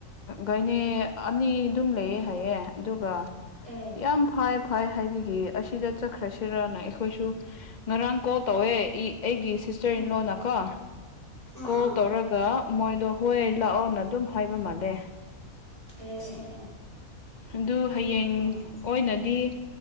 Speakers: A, on the left; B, on the right.
A: ꯒꯥꯏꯅꯤ ꯑꯅꯤ ꯑꯗꯨꯝ ꯂꯩꯌꯦ ꯍꯥꯏꯌꯦ ꯑꯗꯨꯒ
B: ꯑꯦ
A: ꯌꯥꯝ ꯐꯥꯏ ꯐꯥꯏ ꯍꯥꯏꯕꯒꯤ ꯑꯁꯤꯗ ꯆꯠꯈ꯭ꯔꯁꯤꯔꯅ ꯑꯩꯈꯣꯏꯁꯨ ꯉꯔꯥꯡ ꯀꯣꯜ ꯇꯧꯋꯦ ꯏ ꯑꯩꯒꯤ ꯁꯤꯁꯇꯔ
B: ꯑꯥ
A: ꯏꯟꯂꯣꯅꯀꯣ
B: ꯑꯥ
A: ꯀꯣ
B: ꯑꯥ
A: ꯇꯧꯔꯒ ꯃꯣꯏꯗꯣ ꯍꯣꯏ ꯂꯥꯛꯑꯣꯅꯠ ꯗꯨꯝ ꯍꯥꯏꯕ ꯃꯥꯜꯂꯦ
B: ꯑꯦ ꯑꯦ ꯑꯦ
A: ꯍꯡ ꯗꯨ ꯍꯌꯦꯡ
B: ꯑꯣ
A: ꯑꯣꯏꯅꯗꯤ